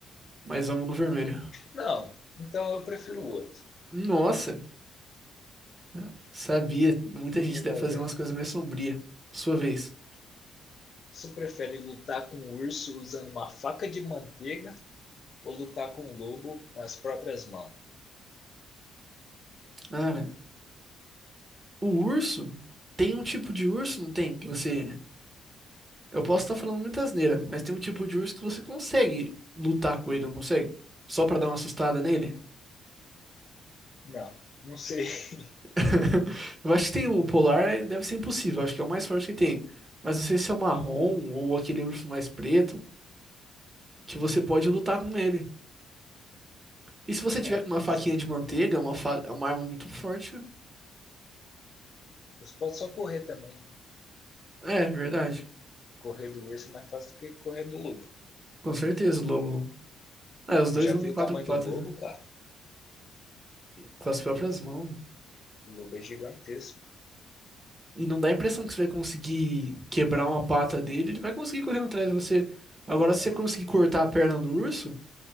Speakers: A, on the right; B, on the left.
A: mas vamos no vermelho.
B: Não, então eu prefiro o outro.
A: Nossa, não sabia, muita
B: Tô
A: gente
B: com a
A: deve
B: galera.
A: fazer umas coisas mais sombrias. Sua vez.
B: Você prefere lutar com um urso usando uma faca de manteiga ou lutar com um lobo com as próprias mãos?
A: Cara, o urso, tem um tipo de urso, não tem? Que você Eu posso estar falando muita asneira, mas tem um tipo de urso que você consegue lutar com ele, não consegue? Só pra dar uma assustada nele?
B: Não, não sei. <laughs>
A: <laughs> Eu acho que tem o polar, eh, deve ser impossível, acho que é o mais forte que tem. Mas não sei se é o marrom ou aquele urso mais preto, que você pode lutar com ele. E se você tiver
B: É,
A: com
B: pode
A: uma faquinha
B: ser.
A: de manteiga, uma, fa- uma arma muito forte.
B: Você pode só correr também, né?
A: É, verdade.
B: Correr do urso é mais fácil do que correr do lobo.
A: Com certeza, o lobo. É, os
B: Você
A: dois
B: já
A: andam
B: viu
A: em
B: o
A: quatro
B: tamanho
A: patas,
B: do lobo,
A: né?
B: cara?
A: Com as próprias mãos.
B: O lobo é gigantesco.
A: E não dá a impressão que você vai conseguir quebrar uma pata dele, ele vai conseguir correndo atrás de você. Agora,
B: É,
A: se você conseguir cortar a perna do urso,